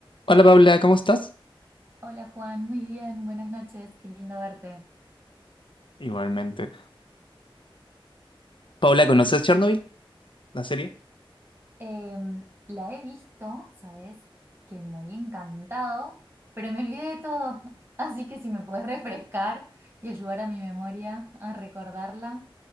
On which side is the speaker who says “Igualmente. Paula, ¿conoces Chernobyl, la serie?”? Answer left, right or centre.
Left